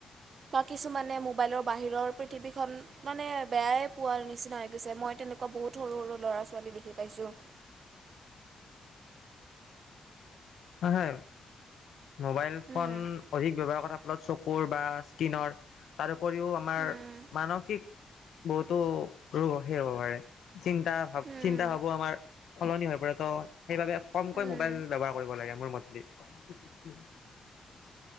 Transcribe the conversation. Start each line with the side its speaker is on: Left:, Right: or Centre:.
Right: বা কিছুমানে মোবাইলৰ বাহিৰৰ পৃথিৱীখন মানে বেয়াই পোৱা নিচি- নিচিনা হৈ গৈছে মই তেনেকুৱা বহুত সৰু সৰু ল'ৰা ছোৱালী দেখি পাইছো
Left: আহ হে মোবাইল
Right: উম,
Left: ফোন অধিক ব্যৱহাৰ কৰা চকুৰ বা স্কিনৰ আৰু উপৰিও আমাৰ
Right: উম,
Left: মানসিক বহুতো ৰ সেই হ'ব পাৰে চিন্তা ভাব
Right: উম,
Left: চিন্তা ভাবো আমাৰ সলনি হৈ পৰে ত' সেইবাবে কমকৈ
Right: উম,
Left: মোবাইল ব্যৱহাৰ কৰিব লাগে মোৰ মতেদি উম